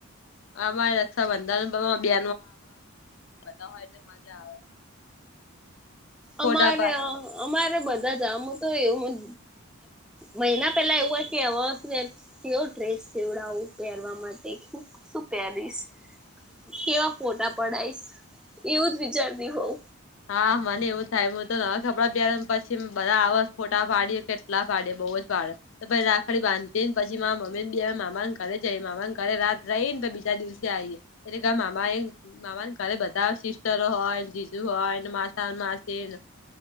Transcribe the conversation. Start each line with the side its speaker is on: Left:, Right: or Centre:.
Left: આરે રક્ષાબંધન બન આવે બા હોય એટલે આવે. ફોટા
Centre: અમારે
Left: પા
Centre: અમારે બધા જામ તો એવું. મહિના પેલા એવું હોય કે હ તેઓ ડ્રેસ સેવડાવું પહેરવા માટે શું પહેરીશ. કેવા ફોટા પડાયશ એવું જ વિચારતી હોઉ.
Left: હા, મને એવું થાય હું તો નવા કપડાં પછી બધા આવ ફોટા પાડીય. કેટલા પાડ્યા બહુ જ પાડે. તો પછી રાખડી બાંધીને પી. એમ. મમ્મી ને બે મામાને ઘરે જઈ. મામાને ઘરે રાત રહીએ ને બીજા દિવસે આવીએ. એટલે કે, આ મામા એ મામા ના ઘરે બધા સિસ્ટરો હોય. હોય, માસ-માસી.